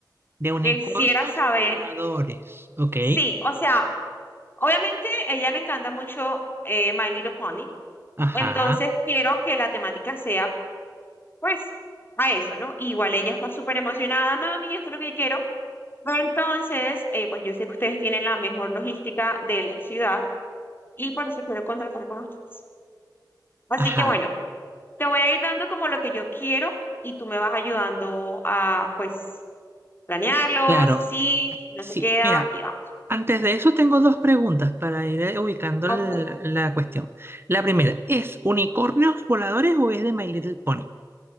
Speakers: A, on the right (about 30°); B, on the left (about 30°).
A: De unicornios
B: Quisiera saber
A: voladores. Ok.
B: Sí, o sea, obviamente ella le encanta mucho eh, My Little Pony,
A: Ajá,
B: entonces quiero que la temática sea, pues, a eso, ¿no? Igual ella está súper emocionada, mami, esto es lo que yo quiero. Entonces, eh, pues yo sé que ustedes tienen la mejor logística de la ciudad y por eso quiero contratar con ustedes. Así
A: ajá.
B: que bueno, te voy a ir dando como lo que yo quiero y tú me vas ayudando a, pues, planearlo,
A: Claro.
B: si sí, si no
A: Sí,
B: se queda
A: mira,
B: y vamos.
A: antes de eso tengo dos preguntas para ir eh, ubicando el-
B: Ok.
A: la cuestión. La primera, ¿es unicornios voladores o es de My Little Pony?